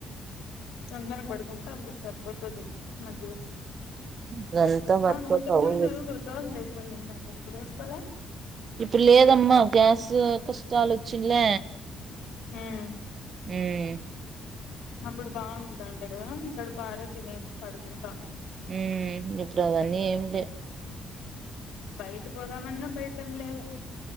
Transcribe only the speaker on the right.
ఇదంతా వర్కౌట్
అవ్వదు
ఇప్పుడు లేదమ్మా, గ్యాస్ కష్టాలు వచ్చుడలే.
ఉమ్మ్.
ఉమ్, ఇప్పుడు అవన్నీ ఏమీలే.